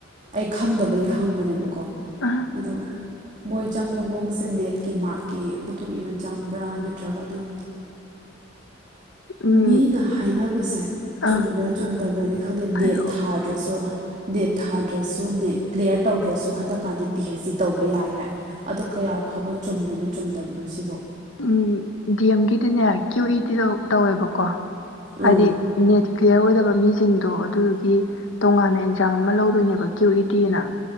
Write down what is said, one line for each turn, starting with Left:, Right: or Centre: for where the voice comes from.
Right: ꯑꯩ ꯈꯪꯗꯕꯒꯤ ꯍꯪꯕꯅꯦꯕꯀꯣ
Left: ꯑ
Right: ꯑꯗꯣ ꯃꯣꯏ ꯆꯪꯕ ꯃꯑꯣꯡꯁꯦ ꯅꯦꯠꯀꯤ ꯃꯥꯔꯛꯀꯤ ꯃꯇꯨꯡ ꯏꯟꯅ ꯆꯪꯕ꯭ꯔꯥ ꯅꯠꯇ꯭ꯔꯒ ꯑꯗꯨꯝ
Left: ꯎꯝ
Right: ꯃꯤꯅ ꯍꯥꯏꯅꯕꯁꯦ ꯆꯨꯝꯕ꯭ꯔꯥ
Left: ꯑꯥ
Right: ꯆꯨꯝꯗꯕ꯭ꯔꯗꯤ ꯈꯪꯗꯦ
Left: ꯍꯥꯏꯔꯛꯑꯣ
Right: ꯅꯦꯠ ꯊꯥꯗ꯭ꯔꯁꯨꯣꯏ ꯅꯦꯠ ꯊꯥꯗ꯭ꯔꯁꯨ ꯅꯦꯠ ꯀ꯭ꯂꯤꯌꯥꯂꯤꯌꯥꯔ ꯇꯧꯗ꯭ꯔꯁꯨ ꯍꯟꯗꯛꯀꯥꯟꯗꯤ ꯄꯤ ꯑꯩꯩꯆ ꯗꯤ ꯇꯧꯕ ꯌꯥꯏ ꯍꯥꯏ ꯑꯗꯣ ꯀꯌꯥ ꯐꯥꯎꯕ ꯆꯨꯝꯕꯅꯣ ꯆꯨꯝꯗꯕꯅꯣ ꯁꯤꯕꯣ
Left: ꯎꯝ ꯗꯤ ꯑꯦꯝꯒꯤꯗꯤꯅꯦ ꯀ꯭ꯌꯨ ꯏꯗꯤꯗ ꯇꯧꯋꯦꯕꯀꯣ
Right: ꯑꯥ
Left: ꯍꯥꯏꯗꯤ ꯅꯦꯠ ꯀ꯭ꯂꯤꯌꯥꯔ ꯑꯣꯏꯗꯕ ꯃꯤꯁꯤꯡꯗꯣ ꯑꯗꯨꯗꯨꯒꯤ ꯇꯣꯉꯥꯟꯅ ꯑꯦꯛꯖꯥꯝ ꯑꯃ ꯂꯧꯗꯣꯏꯅꯦꯕ ꯀ꯭ꯌꯨ ꯏ ꯇꯤ ꯑꯅ